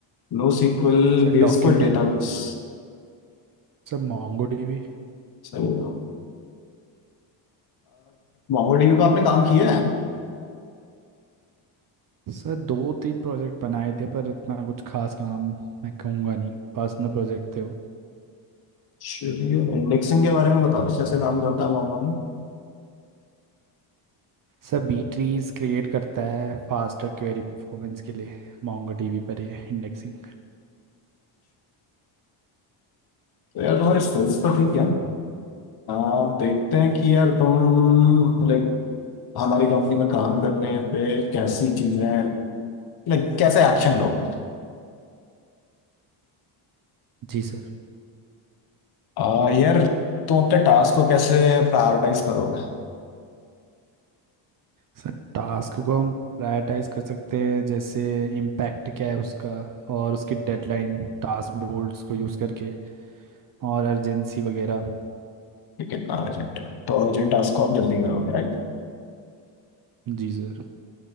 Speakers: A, on the left; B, on the right.
A: NoSQL
B: Sir
A: बेस्ड
B: document
A: कोई डेटाबेस
B: Sir Mongo DB
A: सही है मोंगोडीबी पे आपने काम किया है
B: Sir दो तीन प्रोजेक्ट बनाए थे पर इतना कुछ खास काम मैं कहूँगा नहीं पर्सनल प्रोजेक्ट थे वो
A: चलिए इंडेक्सिंग के बारे में बता दो कैसे काम करता है मोंगोडीबी
B: सर बी ट्रीज क्रिएट करता है फास्टर क्वेरी परफॉर्मेंस के लिए मोंगो डीबी पर ये इंडेक्सिंग
A: तो यार तुम्हारे स्किल्स तो ठीक है आप देखते हैं कि यार तुम लाइक हमारी कंपनी में काम करने पे कैसी चीजें लाइक कैसे एक्शन लोगे
B: जी सर
A: आ, यार तुम अपने टास्क को कैसे प्रायोरिटाइज करोगे
B: सर टास्क को हम प्रायोरिटाइज कर सकते हैं जैसे इम्पैक्ट क्या है उसका और उसकी डेडलाइन टास्क बोर्ड्स को यूज़ करके और अर्जेंसी वगैरह
A: ये कितना अर्जेंट है तो अर्जेंट टास्क को आप जल्दी करोगे राइट
B: जी सर